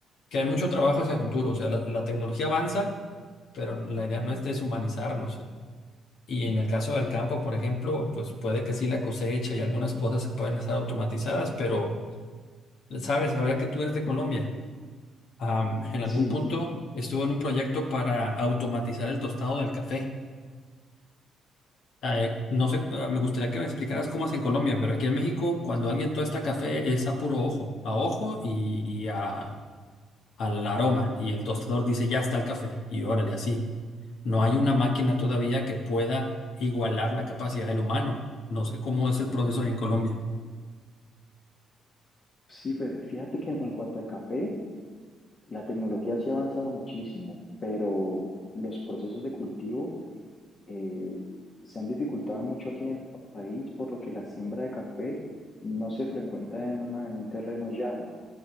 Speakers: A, on the left (about 75°); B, on the left (about 45°).
A: que hay mucho trabajo hacia el futuro. O sea, la, la tecnología avanza, pero la idea no es deshumanizarnos. Y en el caso del campo, por ejemplo, pues puede que sí la cosecha y algunas cosas se pueden estar automatizadas, pero, sabes, ahora que tú eres de Colombia, am, en algún
B: Sí,
A: punto
B: sí.
A: estuvo en un proyecto para automatizar el tostado del café. Eh, no sé, ah, me gustaría que me explicaras cómo es en Colombia, pero aquí en México, cuando alguien tuesta café, es a puro ojo, a ojo y, y a, al aroma. Y el tostador dice, ya está el café. Y órale, así. No hay una máquina todavía que pueda igualar la capacidad del humano. No sé cómo es el proceso ahí en Colombia.
B: Sí, pues fíjate que en en cuanto al café, la tecnología sí ha avanzado muchísimo, pero los procesos de cultivo eh, se han dificultado mucho aquí en el pa- país, por lo que la siembra de café no se frecuenta en una, en un terreno llano,